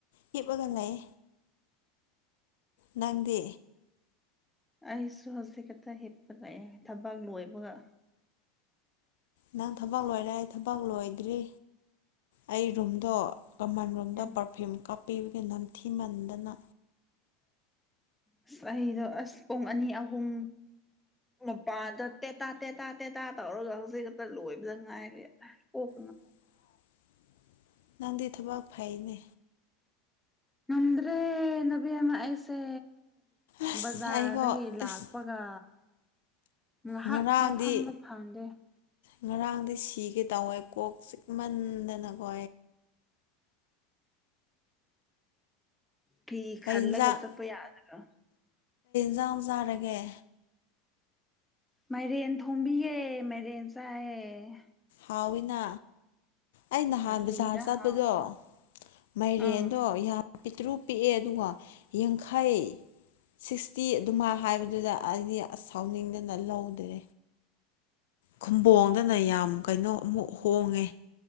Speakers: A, on the left; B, in the centre.
A: ꯍꯤꯞꯄꯒꯌꯦ ꯅꯪꯗꯦ
B: ꯑꯩꯁꯨ ꯍꯧꯖꯤꯛ ꯛꯇ ꯍꯤꯞꯄ ꯂꯛꯑꯦ ꯊꯕꯛ ꯂꯣꯏꯕꯒ
A: ꯅꯪ ꯊꯕꯛ ꯂꯣꯏꯔꯦ ꯑꯩ ꯊꯕꯛ ꯂꯣꯏꯗ꯭ꯔꯤ ꯑꯩ ꯔꯨꯝꯗꯣ ꯃꯃꯜꯂꯣꯝꯗ
B: ꯎꯝ
A: ꯄꯔꯐ꯭ꯌꯨꯝ ꯀꯥꯞꯄꯤꯕꯒꯤ ꯅꯝꯊꯤꯃꯟꯗꯅ
B: ꯑꯁ ꯑꯩꯗꯣ ꯑꯁ ꯄꯨꯡ ꯑꯅꯤ ꯑꯍꯨꯝ ꯃꯄꯥꯟ ꯇꯠꯇꯦ ꯇꯥꯠꯇꯦ ꯇꯥꯦ ꯇꯥ ꯇꯧꯔꯒ ꯍꯧꯖꯤꯛ ꯈꯛꯇ ꯂꯣꯏꯕꯗ ꯉꯥꯏꯔꯦ ꯀꯣꯛ
A: <unintelligible> ꯅꯪꯗꯤ ꯊꯕꯛ ꯐꯩꯅꯦ
B: ꯅꯗ꯭ꯔꯦ ꯅꯕꯤꯃ ꯑꯩꯁꯦ
A: ꯑꯁ
B: ꯕꯖꯥꯔꯗꯒꯤ
A: ꯑꯩꯀꯣ
B: ꯂꯥꯛꯄꯒ
A: ꯑꯁ
B: ꯉꯥꯏꯍꯥꯛ
A: ꯉꯔꯥꯡꯗꯤ
B: ꯐꯥꯎ ꯐꯝꯕ ꯐꯪꯗꯦ
A: ꯉꯔꯥꯡꯗꯤ ꯁꯤꯒꯦ ꯇꯧꯋꯦ ꯀꯣꯛ ꯆꯤꯃꯟꯗꯅꯀꯣ
B: ꯊ
A: ꯀꯩ
B: ꯍꯜꯂꯒ
A: ꯌꯦꯟꯖꯥꯡ
B: ꯆꯄ ꯌꯥꯗ
A: ꯖꯖꯥꯔꯒꯦ
B: ꯃꯥꯏꯔꯦꯟ ꯊꯣꯝꯕꯤꯌꯦ ꯃꯥꯏꯔꯦꯟ ꯆꯥꯏꯌꯦ
A: ꯍꯥꯎꯅꯥ ꯑꯩ ꯅꯍꯥꯟ
B: ꯀꯔꯤꯗ
A: ꯕꯖꯥꯔ ꯆꯠꯄꯗꯣ
B: ꯍꯥꯎꯕ꯭ꯔꯥ
A: ꯃꯥꯏꯔꯦꯟꯗꯣ
B: ꯑꯥ
A: ꯄꯤꯇ꯭ꯔꯨꯛ ꯄꯤꯛꯑꯦ ꯑꯗꯨꯒ ꯌꯥꯡꯈꯥꯏꯑ ꯁꯤꯛꯁꯇꯤ ꯑꯗꯨꯃꯥꯏꯅ ꯍꯥꯏꯕꯗꯨꯗ ꯑꯩꯗꯤ ꯑꯁ ꯁꯥꯎꯅꯤꯡꯗꯅ ꯂꯧꯗ꯭ꯔꯦ ꯈꯨꯝꯝꯕꯣꯡꯗꯅ ꯌꯥꯝ ꯀꯩꯅꯣ ꯑꯃꯨꯛ ꯍꯣꯡꯉꯦ